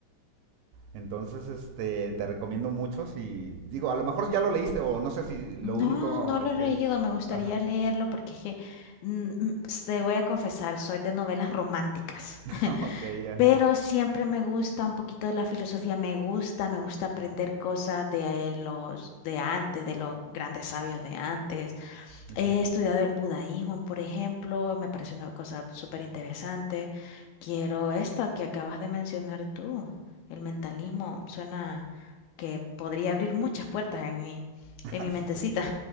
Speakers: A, on the right (about 80°); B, on the left (about 80°).
A: Entonces, este, te recomiendo mucho y digo, a lo mejor ya lo leíste o no sé si lo
B: No,
A: único
B: no lo
A: es
B: he
A: que...
B: leído, me gustaría
A: Ajá.
B: leerlo porque es que, mm, mm, te voy a confesar, soy de novelas románticas,
A: <laughs> Ok, ajá.
B: pero siempre me gusta un poquito de la filosofía, me gusta, me gusta aprender cosas de eh, los de antes, de los grandes sabios de antes.
A: Ujú.
B: He estudiado el budaísmo, por ejemplo, me parece una cosa súper interesante. Quiero esto que acabas de mencionar tú, el mentalismo, suena que podría abrir muchas puertas en mi,
A: <laughs>
B: en mi mentecita.
A: Sí,